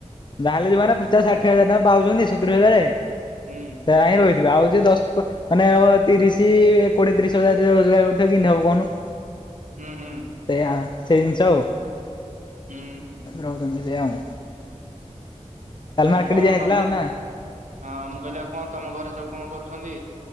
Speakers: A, on the left; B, on the right.
A: ଯାହେଲେ ସେମାନେ ପଚାଶ ଷାଠିଏ ହଜାର ଟଙ୍କା ପାଉଛନ୍ତି ସତୁରି ହଜାରରେ
B: ହୁଁ।
A: ସୋ ହିଁ ରହିଥିବ ଆଉ ଯ ଦଶ ମାନେ ଆ ତିରିଶ କୋଡିଏ ତିରିଶ ହଜାର ରୋଜଗାର କିିମିତି ହବ କହନୁ?
B: ହୁଁ ହୁଁ।
A: ସେଇଆ ସେଇ ଜିନିଷ ଆଉ।
B: ହୁଁ।
A: ରହୁଛନ୍ତି ସେ ଆଉ। କାଲି
B: ତାଙ୍କ
A: ମାର୍କେଟ
B: ଅ
A: ଯା ହେଇଥିଲା
B: ତମ
A: ଆଉ ନା
B: ହଁ ମୁଁ କହିଲି ଆଉ କଣ ତମ ଘରେ ସବୁ କଣ କରୁଛନ୍ତି।